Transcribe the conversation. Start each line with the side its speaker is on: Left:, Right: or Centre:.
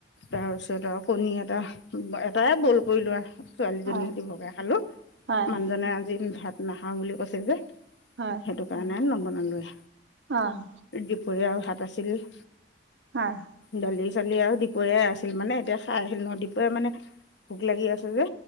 Left: তাৰপিছত আৰু কণী এটা, উম', এটাই বইল কৰি লোৱা। ছোৱালীজনী
Right: হয়,
Left: হতি বগাই খালোঁ,
Right: হয়,
Left: মানুহজনে আজি ভাত নাখাওঁ বুলি কৈছে যে।
Right: হয়।
Left: সেইটো কাৰণে নবনালোৱে।
Right: অহ',।
Left: দুপৰীয়াৰ আৰু ভাত আছিলেই।
Right: হয়।
Left: দালি চালি আৰু দুপৰীয়াই আছিল মানে এতিয়া খাই আহিলোঁ নহয় দুপৰীয়া মানে। ভোক লাগি আছিল যে।